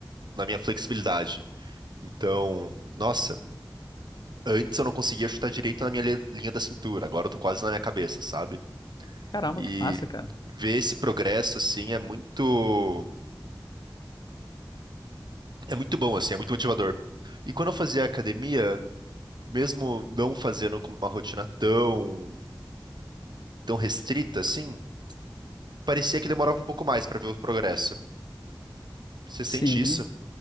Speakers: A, on the right; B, on the left.
A: na minha flexibilidade. Então, nossa, antes eu não conseguia chutar direito na minha li- linha da cintura. Agora eu tô quase na minha cabeça, sabe?
B: Caramba,
A: E
B: que massa, cara.
A: ver esse progresso, assim, é muito, é muito bom, assim, é muito motivador. E quando eu fazia academia, mesmo não fazendo com uma rotina tão, tão restrita, assim, parecia que demorava um pouco mais pra ver o progresso. Você
B: Sim,
A: sente isso?